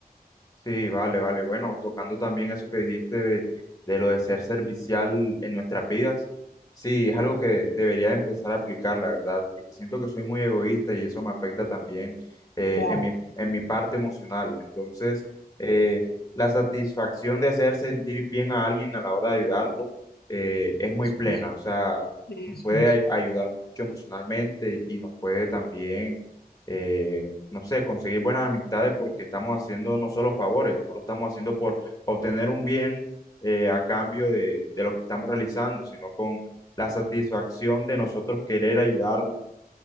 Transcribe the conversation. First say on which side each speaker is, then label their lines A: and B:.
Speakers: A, on the left; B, on the left.
A: Sí, vale, vale. Bueno, tocando también eso que dijiste de, de lo de ser servicial en nuestras vidas, sí, es algo que debería empezar a aplicar, la verdad, porque siento que soy muy egoísta y eso me afecta también eh,
B: Claro,
A: en mi, en mi parte emocional. Entonces, eh, la satisfacción de hacer sentir bien a alguien a la hora de ayudarlo eh, es muy
B: eso
A: plena,
B: es.
A: o sea,
B: Eso
A: nos puede
B: es.
A: ay- ayudar mucho emocionalmente y nos puede también... eh, no sé, conseguir buenas amistades porque estamos haciendo no solo favores, no lo estamos haciendo por obtener un bien eh, a cambio de, de lo que estamos realizando, sino con la satisfacción de nosotros querer ayudarle